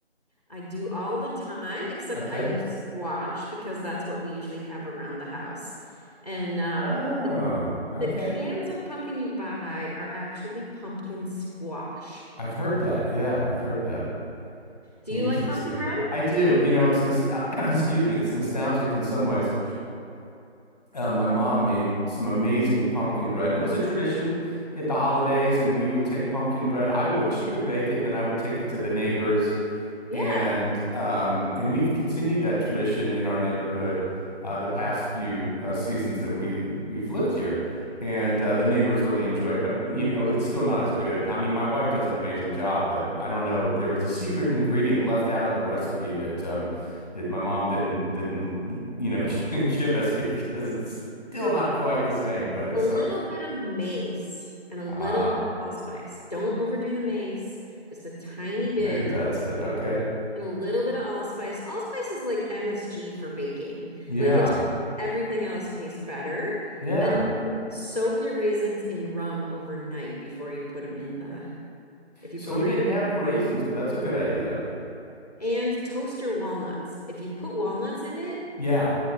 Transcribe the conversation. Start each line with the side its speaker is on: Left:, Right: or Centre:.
Left: I do all the time, except
Centre: Okay.
Left: I use squash because that's what we usually have around the house. And uh,
Centre: Oh, okay.
Left: The cans of pumpkin you buy are actually pumpkin squash.
Centre: I've heard that. Yeah, I've heard that.
Left: Do
Centre: Interesting.
Left: you like pumpkin bread?
Centre: I do. You know, it's nostal <clears throat> excuse me, it's nostalgic in some ways. Uh, my mom made some amazing pumpkin bread, and it was a tradition at the holidays, and we would take pumpkin bread. I would, she would bake it, and then I would take it to the neighbors.
Left: Yeah.
Centre: And um, and we've continued that tradition in our neighborhood uh, the past few uh, seasons that we we've lived here, and uh, the neighbors really enjoy it. But you know, it's still not as good. I mean, my wife does an amazing job, but I don't know. There was a secret ingredient left out of the recipe that um, that my mom didn't didn't you know <laughs> give us because it's still not quite the same. But it's
Left: A little
Centre: so
Left: bit of mace and a little
Centre: ah,
Left: bit of allspice. Don't overdo the mace, just a tiny bit
Centre: maybe that's it. Okay,
Left: and a little bit of allspice. Allspice is like MSG for baking.
Centre: yeah,
Left: Like it just makes everything else taste better.
Centre: yeah.
Left: And then soak your raisins in rum overnight before you put them in the, if you
Centre: So
Left: put
Centre: we
Left: raisins.
Centre: didn't have raisins, but that's a good idea.
Left: And toast your walnuts. If you put walnuts in it,
Centre: Yeah.